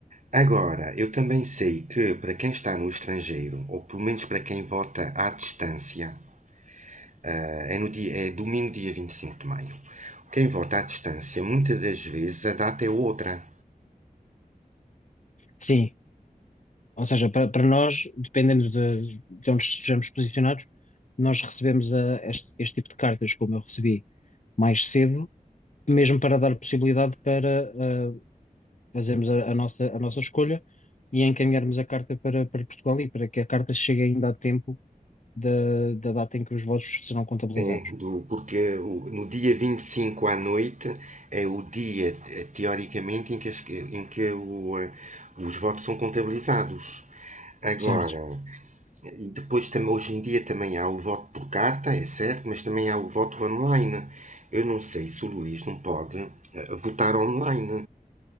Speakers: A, on the right; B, on the left.
A: agora, eu também sei que para quem está no estrangeiro, ou pelo menos para quem vota à distância, ah, é, no dia, é domingo, dia 25 de maio. Quem vota à distância, muitas das vezes a data é outra.
B: Sim, Ou seja, para, para nós, dependendo de, de onde estejamos posicionados, nós recebemos a- este, este tipo de cartas, como eu recebi mais cedo, mesmo para dar possibilidade para ah, fazermos a, a nossa, a nossa escolha e encaminharmos a carta para, para Portugal e para que a carta chegue ainda a tempo da, da data em que os votos serão contabilizados,
A: É, do, porque o- no dia 25 à noite é o dia, eh, teoricamente, em que, as- em que o, eh, os votos são contabilizados. Agora,
B: certo?
A: e depois também, hoje em dia também há o voto por carta, é certo, mas também há o voto online. Eu não sei se o Luís não pode eh, votar online.